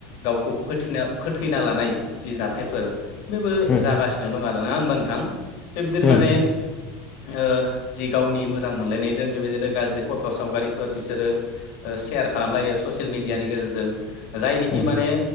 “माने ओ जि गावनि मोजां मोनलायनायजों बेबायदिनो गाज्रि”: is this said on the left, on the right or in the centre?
Left